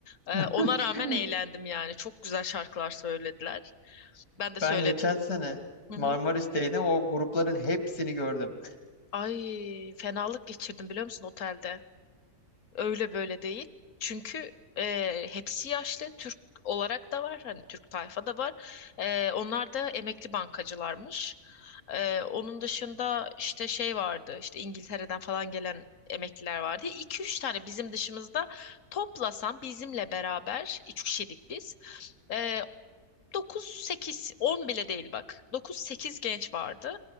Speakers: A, on the left (about 60°); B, on the left (about 75°).
A: Eee,
B: <laughs>
A: ona rağmen eğlendim yani çok güzel şarkılar söylediler. Ben de söyledim.
B: Ben geçen sene
A: Hı
B: Marmaris'teydim.
A: hı.
B: O grupların hepsini gördüm.
A: Ay fenalık geçirdim biliyor musun otelde? Öyle böyle değil. Çünkü e, hepsi yaşlı. Türk olarak da var. Hani Türk tayfa da var. E, onlar da emekli bankacılarmış. E, onun dışında işte şey vardı. İşte İngiltere'den falan gelen emekliler vardı. 2 üç tane bizim dışımızda toplasan bizimle beraber 3 kişilik biz. E, 9-8, 10 bile değil bak. Dokuz sekiz genç vardı.